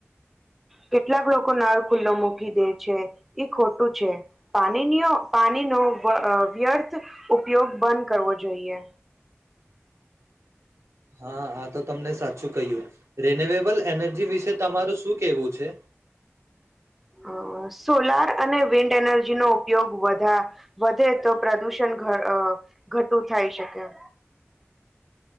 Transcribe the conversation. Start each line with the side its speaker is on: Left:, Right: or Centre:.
Centre: કેટલાક લોકો નાળ ખુલ્લો મૂકી દે છે એ ખોટું છે પાણી પાણીનો વ્યર્થ ઉપયોગ બંધ કરવો જોઈએ
Right: હા આ તો તમને સાચું કહ્યું રિન્યુએબલ એનર્જી વિશે તમારું શું કેવું છે
Centre: અ સોલાર અને વિન્ડ એનર્જીનો ઉપયોગ વધા વધે તો પ્રદુષણ ઘટું થાય શકે